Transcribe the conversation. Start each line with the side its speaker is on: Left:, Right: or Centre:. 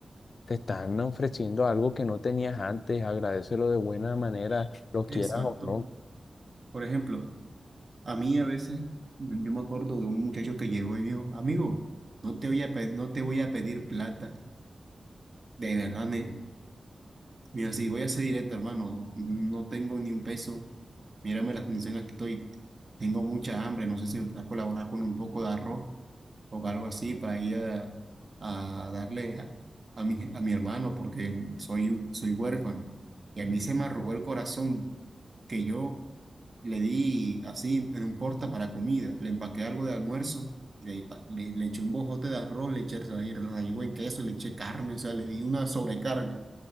Left: Te están ofreciendo algo que no tenías antes, agradécelo de buena manera, lo quieras
Right: Exacto.
Left: o no.
Right: Por ejemplo. A mí a veces yo me acuerdo de un muchacho que llegó y dijo, amigo, no te voy a pedir, no te voy a pedir plata. De verdad, ne- mira, si voy a ser directo, hermano, no tengo ni un peso. Mírame las condiciones en las que estoy. Tengo mucha hambre, no sé si me puedes colaborar con un poco de arroz o algo así para ir a, a darle a, a mi, a mi hermano porque soy, soy huérfano. Y a mí se me arrugó el corazón que yo Le di así en un porta para comida, le empaqué algo de almuerzo, le, pa- le, le eché un bojote de arroz, le eché ra- rallé buen queso, le eché carne, o sea, le di una sobrecarga